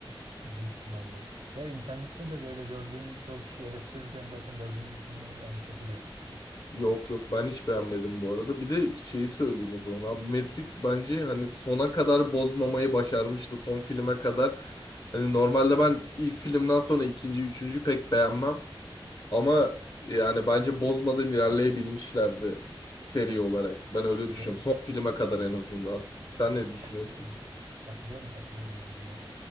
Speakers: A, on the right (about 75°); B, on the left (about 55°).
A: Büyük ihtimalle. Ve internette de böyle gördüğüm çoğu kişi eleştirirken zaten dördüncü filmi yani kötü demiş direkt.
B: Yok yok ben hiç beğenmedim bu arada. Bir de şeyi söyleyeyim o zaman abi Matrix bence hani sona kadar bozmamayı başarmıştı son filme kadar. Hani normalde ben ilk filmden sonra ikinci, üçüncü pek beğenmem. Ama yani bence bozmadan ilerleyebilmişlerdi seri olarak. Ben öyle düşünüyorum.
A: De,
B: Son filme kadar en azından. Sen ne düşünüyorsun?
A: katılıyorum ben. Katılıyorum katılıyorum bence de.